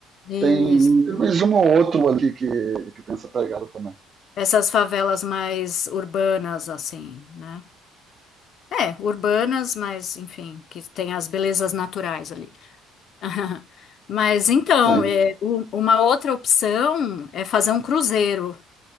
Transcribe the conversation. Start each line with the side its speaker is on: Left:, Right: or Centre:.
Left: Isso.
Right: tem, tem mais um ou outro ali que, que tem essa pegada também.
Left: Essas favelas mais urbanas, assim, né? É, urbanas, mas enfim, que tem as belezas naturais ali. <laughs> Mas então,
Right: Sim.
Left: é, u- uma outra opção é fazer um cruzeiro,